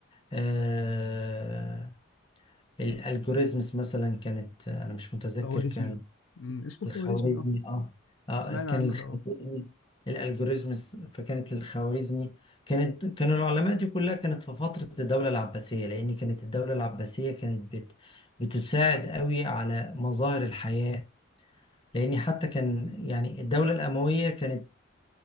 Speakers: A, on the left; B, on the left.
A: آه الالجوريزمز مثلا كانت أنا مش متذكر
B: خوارزمي
A: كان
B: أمم، اسمه
A: الخوارزمي
B: الخوارزمي اه
A: اه اه
B: سمعنا
A: كان
B: عنه
A: الخوارزمي
B: ده اه
A: الالجوريزمز فكانت الخوارزمي كانت كانوا العلماء دي كلها كانت في فترة الدولة العباسية لأن كانت الدولة العباسية كانت بت بتساعد قوي على مظاهر الحياة لأن حتى كان يعني الدولة الأموية كانت